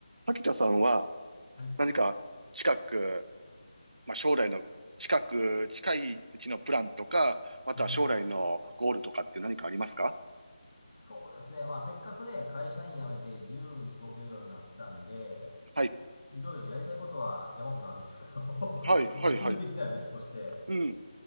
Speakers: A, on the right (about 80°); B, on the left (about 45°).
A: 滝田さんは
B: はい。
A: 何か近く、まあ、将来の近く、近いうちのプランとか、または将来のゴールとかって何かありますか
B: うん。そうですね。まあ、せっかくね、会社員辞めて自由に動けるようになったんで、
A: はい。
B: いろいろやりたいことは山ほどあるんですけど
A: はい、
B: <laughs>
A: はい、
B: できるできないは別として、
A: はい。うん。